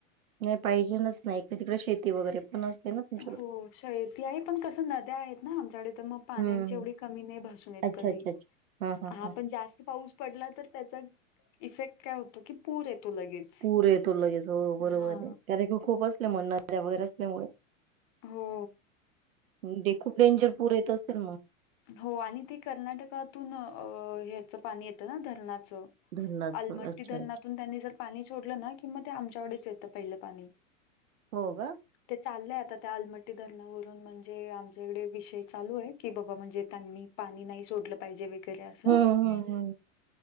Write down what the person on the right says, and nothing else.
नाही पाहिजेलच नाही इकडे तिकडे शेती वगैरे पण असते ना. तुमच्याकडे.
हं, हं.
अच्छा,
अच्छा, अच्छा. हां, हां,
हां.
पुर येतो लगेच हो बरोबर
आहे, कारण की खूप असले म्हण नद्या वगैरे असल्यामुळे
म्हणजे खूप डेंजर पूर येत असेल मग
धरणाचं
अच्छा
अच्छा
हो का <unintelligible>
हम्म हम्म हम्म